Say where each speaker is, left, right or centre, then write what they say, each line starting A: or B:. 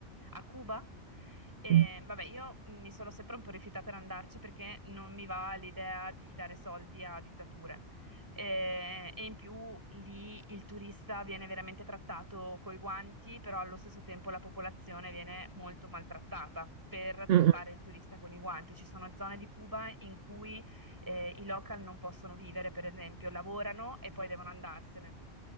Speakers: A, on the right; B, on the right.
A: a Cuba. E,
B: Mm,
A: vabbè, io mi sono sempre un po' rifiutata ad andarci perché non mi va l'idea di dare soldi a dittature. Eh, E, in più lì il turista viene veramente trattato coi guanti, però allo stesso tempo la popolazione viene molto maltrattata per trattare
B: mm. mm.
A: il turista con i guanti. Ci sono zone di Cuba in cui eh, i local non possono vivere, per esempio, lavorano e poi devono andarsene.